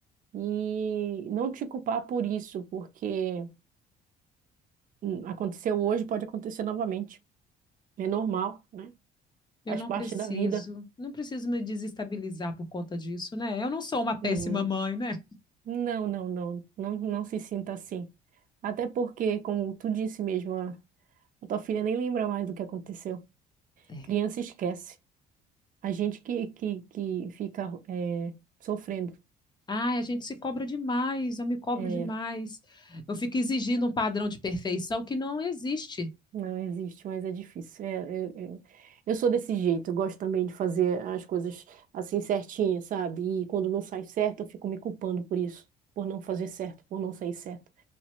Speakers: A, on the right; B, on the left.
A: e não te culpar por isso, porque hum, aconteceu hoje, pode acontecer novamente. É normal, né?
B: Eu
A: Faz
B: não
A: parte
B: preciso,
A: da vida.
B: não preciso me desestabilizar por conta disso, né? Eu não sou uma péssima
A: Hum,
B: mãe, né?
A: Não, não, não, não, não se sinta assim. Até porque, como tu disse mesmo, a a tua filha nem lembra mais do que aconteceu.
B: É.
A: Criança esquece. A gente que, que, que fica é, sofrendo.
B: Ai, a gente se cobra demais, eu me cobro
A: É,
B: demais. Eu fico exigindo um padrão de perfeição que não existe.
A: não existe, mas é difícil. É, é, é. Eu sou desse jeito, eu gosto também de fazer as coisas assim certinhas, sabe? E quando não sai certo, eu fico me culpando por isso, por não fazer certo, por não sair certo.